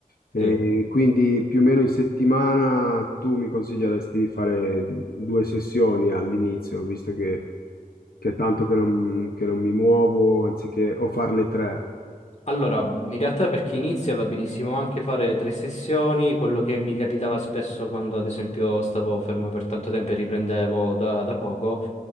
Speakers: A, on the left; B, on the left.
A: E
B: Sì.
A: quindi più o meno in settimana tu mi consiglieresti di fare due sessioni all'inizio, visto che, che è tanto che non, che non mi muovo, anziché o farne tre.
B: Allora, in realtà per chi inizia va benissimo anche fare tre sessioni, quello che mi capitava spesso quando ad esempio stavo fermo per tanto tempo e riprendevo da, da poco,